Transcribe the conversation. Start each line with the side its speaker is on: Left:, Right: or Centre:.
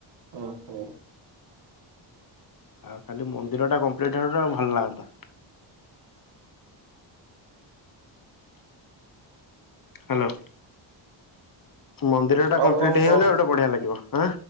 Right: ଓ ହୋ।
Left: ଆଉ ଖାଲି ମନ୍ଦିର ଟା କମ୍ପ୍ଲିଟ ହେଇଯାଉ ଭଲ ଲାଗନ୍ତା। ହାଲୋ ମନ୍ଦିର ଟା
Right: ଆଉ
Left: କମ୍ପ୍ଲିଟ
Right: କଣ
Left: ହେଇଗଲେ
Right: କହ?
Left: ଗୋଟେ ବଢିଆ ଲାଗିବ। ଆଁ।